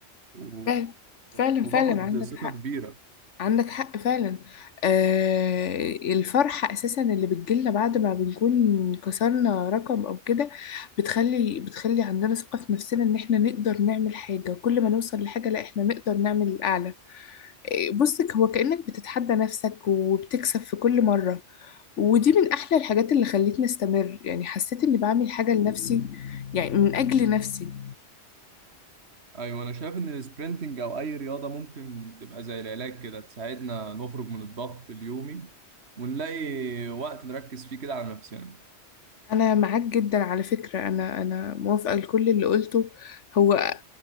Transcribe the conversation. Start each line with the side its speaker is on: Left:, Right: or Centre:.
Right: و-
Left: فعلا فعلا
Right: وباخد
Left: فعلا عندك
Right: ثقه
Left: حق
Right: كبيره
Left: عندك حق فعلا آه الفرحة أساسا اللي بتجيلنا بعد ما بنكون كسرنا رقم أو كده بتخلي بتخلي عندنا ثقة في نفسنا إن إحنا نقدر نعمل حاجة وكل ما نوصل لحاجة لا إحنا نقدر نعمل الأعلى آه، بصك هو كأنك بتتحدى نفسك وبتكسب في كل مرة ودي من أحلى الحاجات اللي خلتني أستمر يعني حسيت إني بعمل حاجة لنفسي يعني من أجل نفسي
Right: ايوه انا شايف ان السبرنتنج او اي رياضه ممكن تبقى زي العلاج كده تساعدنا نخرج من الضغط اليومي ونلاقي وقت نركز فيه كده على نفسنا
Left: انا معاك جدا على فكرة انا انا موافقة لكل اللي قلته هو